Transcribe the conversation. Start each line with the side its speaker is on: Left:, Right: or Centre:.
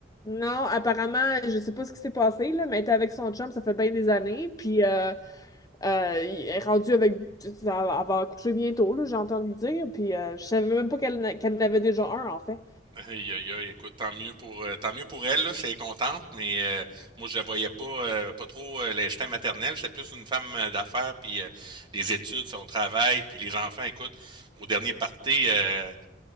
Left: Non, apparemment, je sais pas ce qui s'est passé, là, mais elle était avec son chum, ça fait bien des années, puis euh, euh, il est rendue avec... ça- Elle va accoucher bientôt, là, j'ai entendu dire, puis euh, je savais même pas qu'elle n'a- qu'elle en avait déjà un, en fait.
Right: Aïe, aïe, aïe, écoute, tant mieux pour, euh, tant mieux pour elle, là, c'est contente, mais euh, moi, je la voyais pas, euh, pas trop euh, l'instinct maternel. C'est plus une femme euh, d'affaires, puis euh, les études, son travail, puis les enfants. Écoute, au dernier party, euh,